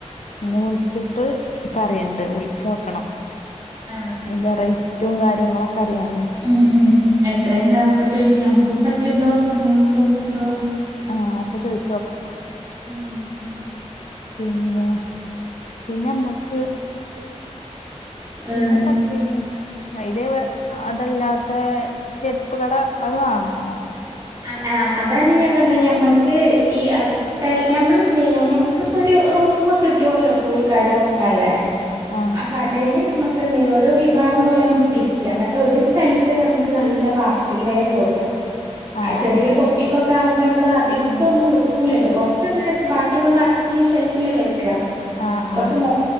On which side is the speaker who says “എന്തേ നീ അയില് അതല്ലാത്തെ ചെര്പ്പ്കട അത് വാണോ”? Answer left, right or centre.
Left